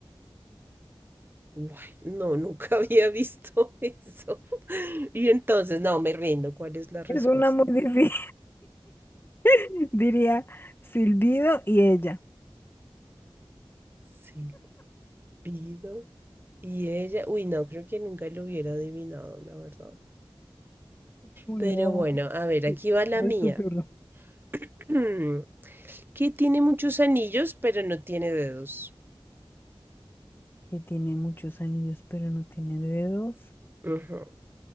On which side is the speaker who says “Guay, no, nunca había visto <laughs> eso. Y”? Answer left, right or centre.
Right